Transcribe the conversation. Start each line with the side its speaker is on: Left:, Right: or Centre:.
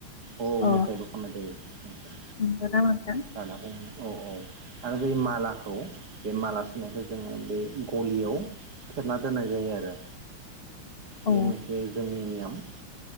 Right: ओ
Left: अ
Right: मेथायबो खननाय जा- औ नोथां
Left: नंगौ नामा नोंथां
Right: लाना होयो औ औ आरो बे मालाखौ बे माला सुनायखौ जोङो बे गलियाव थेबना दोननाय जायो आरो
Left: अ
Right: बे मोनसे जोंनि नियोम